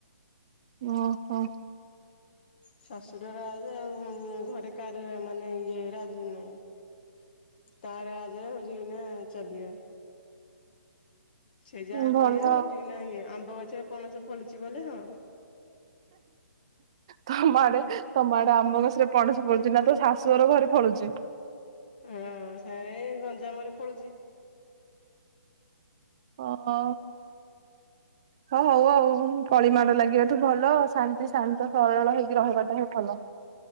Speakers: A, on the right; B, on the left.
A: ଓ ହୋ।
B: ଶାଶୁର ରାଜ ଆଉ ଘରେ କାହାର ମାନେ ଇଏ ରାଜ ନାହିଁ ତା ରାଜ ହଉଛି ଏନା ଚାଲିଆ ସେ ଯାହା
A: ଭଲ
B: କହିବା ହଉଛି କି ନା ଏଇ ଆମ୍ ଆମ୍ବ ଗଛରେ ପଣସ ଫଳିଛି ବଲେ ହଁ।
A: ତମ ଆଡେ ତମ ଆଡେ ଆମ୍ବ ଗଛରେ ପଣସ ଫଳୁଛି ନା ତୋ ଶାଶୁଅର ଘରେ ଫଳୁଛି।
B: ହଁ ସେଏ ଗଞ୍ଜାମରେ ଫଳୁଛି।
A: ଓହୋ ହ ହଉ ଆଉ କଳିମାଡ଼ ଲାଗିବାଠୁ ଭଲ ଶାନ୍ତି ଶାନ୍ତ ସରଳ ହେଇକି ରହିବାଟା ହିଁ ଭଲ।